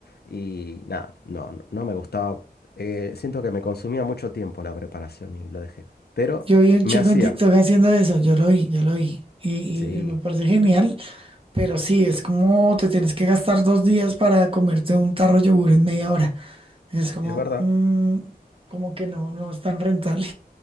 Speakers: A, on the left; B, on the right.
A: Y nada, no, no no me gustaba. Eh, siento que me consumía mucho tiempo la preparación y lo dejé. Pero
B: Yo vi un
A: me
B: chico
A: hacía,
B: en TikTok haciendo eso, yo lo vi, yo lo vi. Y,
A: sí,
B: y- y me parece genial, pero sí, es como te tienes que gastar dos días para comerte un tarro de yogur en media hora. Es como,
A: es verdad.
B: mm, como que no, no es tan rentable.